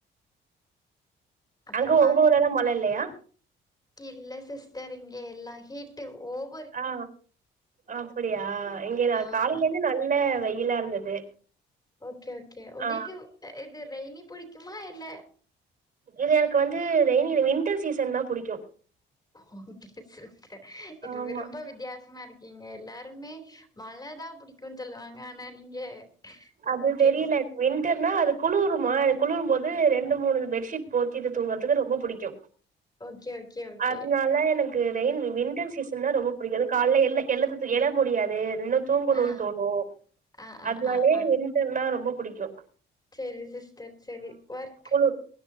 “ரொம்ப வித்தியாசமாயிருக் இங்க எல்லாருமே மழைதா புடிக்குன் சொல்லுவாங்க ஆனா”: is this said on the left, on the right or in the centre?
Left